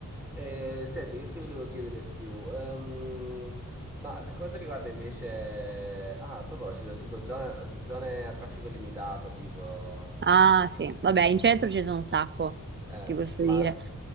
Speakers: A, in the centre; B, on the right.
A: Eh, senti, che ti volevo chiedere di più? Ehm, ma per quanto riguarda invece... Ah, a proposito, tipo zona- zone a traffico limitato, tipo...
B: Ah, sì. Vabbè, in centro ci sono un sacco,
A: Eh,
B: ti posso
A: ma
B: dire.